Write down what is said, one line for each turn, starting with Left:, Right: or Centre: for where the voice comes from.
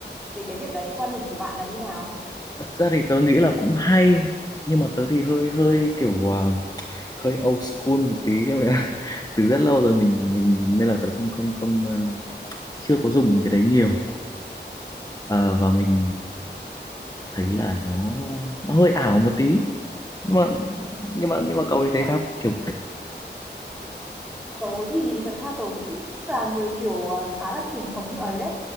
Centre: về cái việc đấy, quan điểm của bạn là như nào?
Left: Thật ra thì tớ nghĩ là cũng hay nhưng mà tớ thì hơi hơi kiểu à, hơi old school một tí cho nên là <laughs> từ rất lâu rồi mình mình nên là tớ không không không à, chưa có dùng cái đấy nhiều Ờ, và mình thấy là nó à, nó hơi ảo một tí nhưng mà nhưng mà nhưng mà cậu thì thấy sao kiểu
Centre: Tớ thì thật ra tớ cũng là người kiểu ờ, khá là truyền thống như ấy đấy.